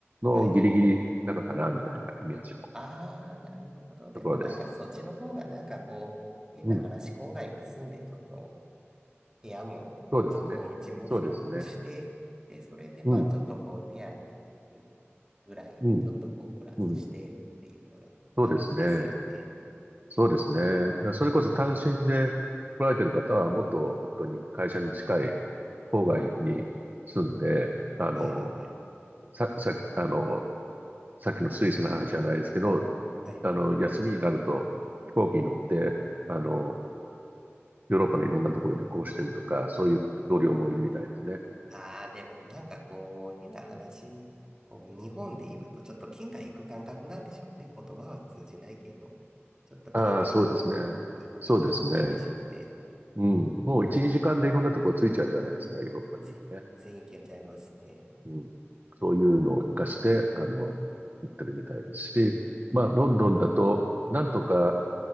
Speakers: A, on the right (about 40°); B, on the right (about 15°).
A: のギリギリ中かな、
B: はいはいはい。
A: みたいなイメージの
B: ああ、なるほど。でもなんか、
A: ところです。
B: そっちの方がなんかこう、変な話、
A: うん。
B: 郊外に住んで、ちょっと部屋も、
A: そうですね。
B: ちょっとお家も広くして、
A: そうですね。
B: で、それでまあ、
A: うん。
B: ちょっとこう、手当ぐらいで、
A: うん。
B: ちょっとこう、プラスしてっていうのが、
A: うん。そうですね。
B: なんかいいですよね。
A: そうですね。だからそれこそ単身で来られてる方は、もっと本当に会社に近い郊外に住んで、あの、
B: はいはいはい。
A: さ、さ、あの、さっきのスイスの話じゃないですけど、
B: はい
A: あの、休みになると飛行機に乗って、あの、ヨーロッパのいろんなところで旅行してるとか、そういう同僚もいるみたいですね。
B: ああ、でも、なんかこう、変な話、こう、日本でいると、ちょっと県外行く感覚なんでしょうね。言葉は通じないけど、ちょっと県外に行く感覚なんでしょうね。
A: ああ、そうですね。そうですね。うん。もう1、2時間でいろんなところついちゃうじゃないですか、ヨーロッパにいるとね。
B: 全然行けちゃいますね。
A: うん。そういうのを活かして、あの、行ってるみたいですし、まあ、ロンドンだと、なんとか